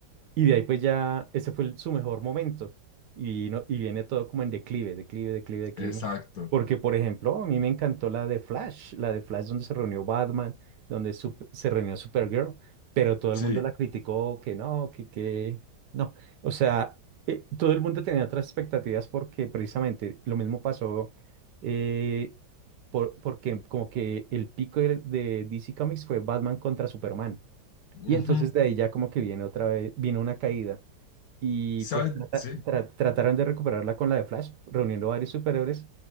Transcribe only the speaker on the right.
y de ahí pues ya, ese fue el- su mejor momento. Y, no, y viene todo como en declive, declive, declive, declive.
Porque, por ejemplo, a mí me encantó la de Flash, la de Flash donde se reunió Batman, donde sup- se reunió Supergirl, pero todo el
mundo la criticó que no, que, que no. O sea, eh, todo el mundo tenía otras expectativas porque precisamente lo mismo pasó eh, por, porque como que el pico de, de DC Comics fue Batman contra Superman.
Y entonces de ahí ya como que viene otra vez, vino una caída. Y
pues trata-
tra- trataron de recuperarla con la de Flash, reuniendo varios superhéroes,